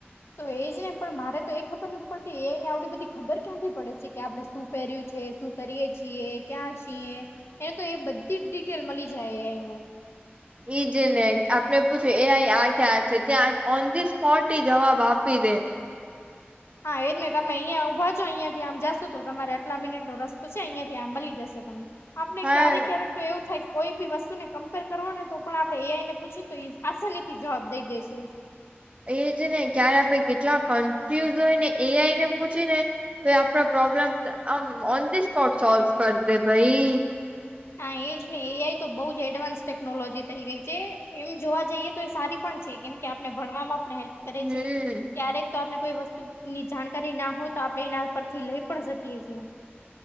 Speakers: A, on the left (about 85°); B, on the right (about 30°).
A: તો એજ નહી પણ મારે તો એ ખબર નથી પડતી એને આવડી બધી ખબર ક્યાંથી પડે છે કે આપડણે શું પહેર્યું છે શું કરીએ છીએ ક્યાં છીએ? એને તો એ બધી જ ડિટેલ મળી જાય એ એને
B: ઈજ ને આપણે પૂછ્યું એ આ આ ક્યાં છે ત્યાં ઓન ધી સ્પોટ જવાબ આપી દે.
A: હા એજ નને તમે અહિયાં ઉભા છો અહિયાંયાથી આમ જાશો તો તમારે આટલા મિનિટ નો રસ્તો છે અહિયાં થી આમ મળી જશે. ત આપણે
B: હા
A: ક્યારે ક્યારેક તો એવું થાય કોઈ બી વસ્તુ ને કમ્પેર કરવા ને તો પણ આપણેે એઆઈ ને પૂછી ને તો આસાની થી જવાબ દઈ દેશે.
B: એ જ ને ક્યારે આપે કેટલા કન્ફ્યુઝ હોય ને એ આઈ ને પૂછી ને તો આપણા પ્રોબ્લેમ આમ ઓન ધ સ્પોટ સોલ્વ કર દે ભાઈ.
A: હા એજ ને એઆઈ તો બહુ જ એડવાન્સ ટેકનોલોજી થઈ ગઈ છે એમ જોવા જઈએ તો એ સારી પણ છે. કેમ કે ને ભણવામાં પણ હેલ્પ કરે
B: હમ
A: છે ક્યારેક તો આપણે કોઈ વસ્તુ ની જાણકારી ના હોય તો આપણે એના પરથી લઈ પણ શકીએ છીએ.